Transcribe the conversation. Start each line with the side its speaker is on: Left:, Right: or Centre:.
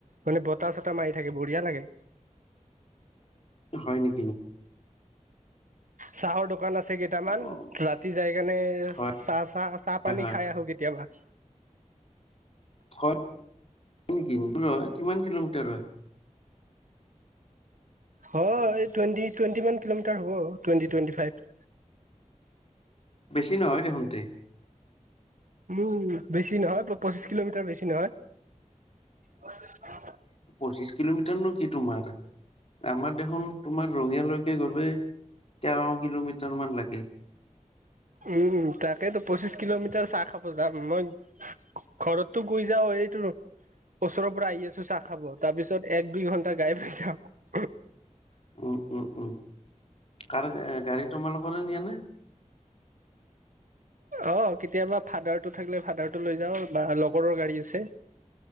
Right: মানে বতাহ চতাহ মাৰি থাকে বঢ়িয়া লাগে।
Left: হয় নেকি?
Right: চাহৰ দোকান আছে কে ইটামান
Left: অ
Right: ৰাতি যাই কেনে
Left: হয়
Right: চাহ চাহ চাহ
Left: হয়
Right: পানী
Left: হয়
Right: খাই আহো কেতিয়াবা। <inaudible>
Left: হয় নেকি, দূৰ হয় কিমান কিলোমিটাৰ হয়?
Right: হয়, টুৱেন্টি টুৱেটি মান কিলোমিটাৰ হ'ব টুৱেন্টি টুৱেন্টি ফাইভ।
Left: বেছি নহয় দেখোন তে।
Right: উম বেছি নহয় পঁচিছ কিলোমিটাৰ বেছি নহয় হয় <unintelligible>
Left: পঁচিশ কিলোমিটাৰ নো কি তোমাৰলে আমাৰ দেখোন তোমাৰ ৰঙিয়ালৈ কে গ'লে তেৰ কিলোমিটাৰ মান লাগে
Right: উম তাকেইেতো পঁচিশ কিলোমিটাৰ চাহ খাব যাম মই ঘৰতটো কৈ যাওঁ এইটো ওচৰৰ পৰা আহি আছো চাহ খাব তাৰ পিছত এক দুই ঘণ্টা গায়াব হৈ যাও
Left: উম উম উম কাৰ এ গাড়ী তোমালোকৰে নিয়ানে
Right: অ কেতিয়াবা ফাদাৰ টো থাকিলে ফাদাৰ টো লৈ যাওঁ বা লগৰো গাড়ী আছে